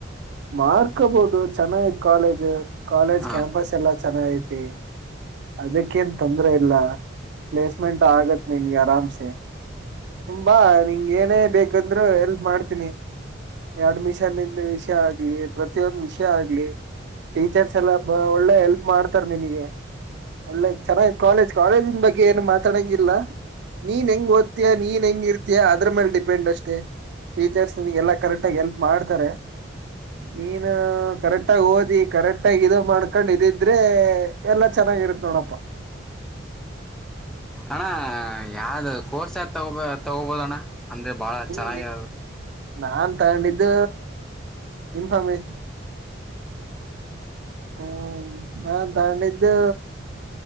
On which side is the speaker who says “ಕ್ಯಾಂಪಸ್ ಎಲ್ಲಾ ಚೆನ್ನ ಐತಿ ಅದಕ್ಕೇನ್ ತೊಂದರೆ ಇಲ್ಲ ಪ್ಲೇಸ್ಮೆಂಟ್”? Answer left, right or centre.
Right